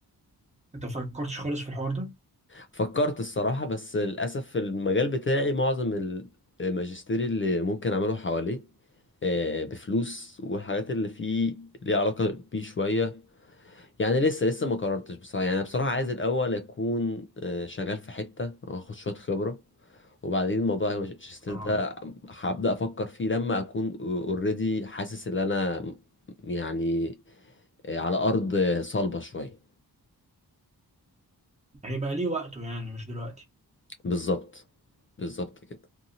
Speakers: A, on the right; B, on the left.
A: أنت مفكرتش خالص في الحوار ده؟
B: فكرت الصراحة بس للأسف في المجال بتاعي معظم ال- الماجستير اللي ممكن أعمله حواليه آه، بفلوس والحاجات اللي فيه ليها علاقة بيه شوية يعني لسه لسه ما قررتش بصراحة يعني أنا بصراحة عايز الأول أكون آه، شغال في حتة أخد شوية خبرة وبعدين موضوع الماجستير
A: اه
B: ده هبدأ أفكر فيه لما أكون اوريدي حاسس إن أنا يعني آه، على أرض صلبة شوية
A: هيبقى ليه وقته يعني مش دلوقتي
B: بالظبط بالظبط كده